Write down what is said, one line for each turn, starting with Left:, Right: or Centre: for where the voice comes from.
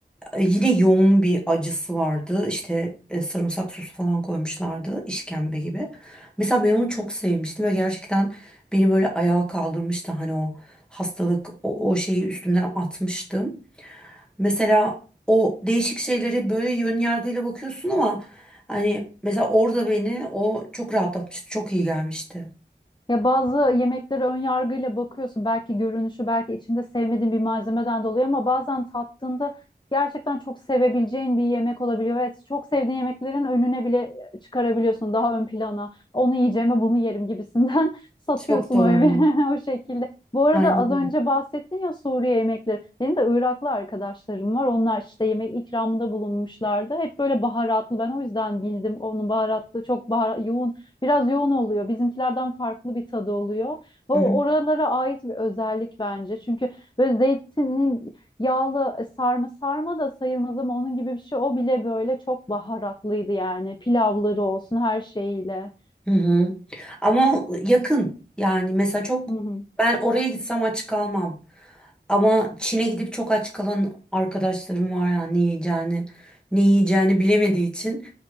Centre: E, Yine yoğun bir acısı vardı. İşte e, sarımsak sosu falan koymuşlardı, işkembe gibi. Mesela ben onu çok sevmiştim ve gerçekten Beni böyle ayağa kaldırmıştı hani o hastalık o, o şeyi üstümden atmıştım. Mesela o değişik şeylere böyle yön yargıyla bakıyorsun ama hani mesela orada beni o çok rahatlatmıştı. Çok iyi gelmişti.
Left: Ya bazı yemeklere ön yargıyla bakıyorsun. Belki görünüşü, belki içinde sevmediğin bir malzemeden dolayı ama bazen tattığında gerçekten çok sevebileceğin bir yemek olabiliyor ve çok sevdiğin yemeklerin önüne bile e, çıkarabiliyorsun daha ön plana. Onu yiyeceğime bunu yerim gibisinden <laughs> satıyorsun
Centre: Çok doğru.
Left: o yemeği <laughs> o şekilde. Bu arada
Centre: Aynen
Left: az
Centre: öyle.
Left: önce bahsettin ya Suriye yemekleri. Benim de Iraklı arkadaşlarım var. Onlar işte yemek ikramında bulunmuşlardı. Hep böyle baharatlı. Ben o yüzden bildim onun baharatlı, çok bahara- yoğun Biraz yoğun oluyor. Bizimkilerden farklı bir tadı oluyor. O
Centre: Hı hı.
Left: oralara ait bir özellik bence. Çünkü böyle zeytinin yağlı e, sarma sarma da sayılmaz ama onun gibi bir şey. O bile böyle çok baharatlıydı yani. Pilavları olsun her şeyiyle.
Centre: Hı hı. Ama yakın yani mesela çok
Left: Hı hı.
Centre: ben oraya gitsem aç kalmam. Ama Çin'e gidip çok aç kalan arkadaşlarım var ya ne yiyeceğini ne yiyeceğini bilemediği için